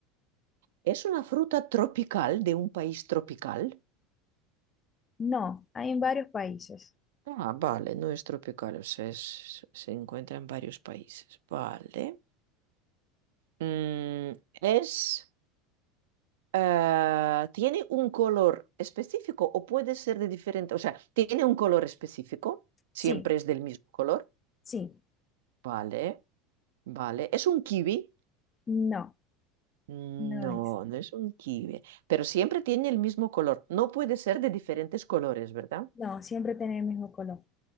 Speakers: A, on the right; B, on the left.
A: ¿Es una fruta tropical de un país tropical?
B: no. Hay en varios países.
A: Ah, vale, no es tropical, o sea, es- se encuentra en varios países. Vale. Mm, es, eh, ¿tiene un color específico o puede ser de diferente? O sea, ¿tiene un color específico? ¿Siempre
B: Sí,
A: es del mismo color?
B: sí.
A: Vale, vale. ¿Es un kiwi?
B: No,
A: Mm,
B: no
A: No,
B: es.
A: no es un kiwi, pero siempre tiene el mismo color. No puede ser de diferentes colores, ¿verdad?
B: No, siempre tiene el mismo color.